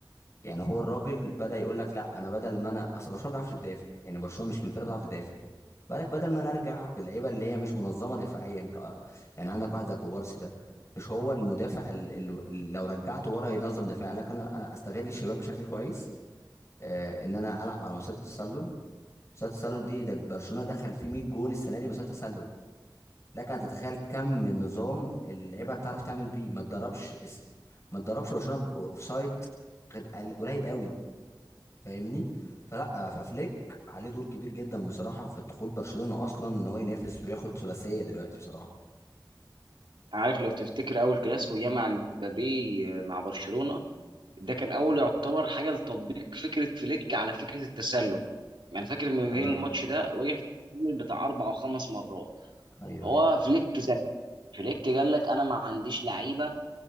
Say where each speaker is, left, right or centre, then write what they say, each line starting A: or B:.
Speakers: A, on the left; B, on the right.
A: يعني هو الراجل بدا يقول لك لا انا بدل ما انا اصل برشلونه ما بيعرفش تدافع يعني برشلونه مش من الفرقه بتعرف تدافع بالك بدل ما نرجع باللعيبه اللي هي مش منظمه دفاعيا انت يعني عندك واحد زي كوبارسي ده مش هو المدافع اللي لو رجعته ورا ينظم دفاع قال لك انا انا استغل الشباب بشكل كويس آه ان انا العب على مسات التسلل مسات التسلل دي ده برشلونه دخل فيه 100 جون السنه دي مسات تسلل لك ان تتخيل كم النظام اللي اللعيبه بتعرف تعمل بيه ما تدربش ما تدربش برشلونه اوف سايت غير قل- قليل قوي فاهمني فلا ففليك عليه دور كبير جدا بصراحه في دخول برشلونه اصلا ان هو ينافس وياخد ثلاثيه دلوقتي بصراحه
B: عارف لو تفتكر اول كلاسيكو ياما مبابي آه، مع برشلونه ده كان اول يعتبر حاجه لتطبيق فكره فليك على فكره التسلل يعني فاكر مبابي
A: اه
B: الماتش ده وقع في التسلل بتاع اربع او خمس مرات
A: ايوه
B: هو
A: ايوه
B: فليك ذكي فليك قال لك انا ما عنديش لعيبه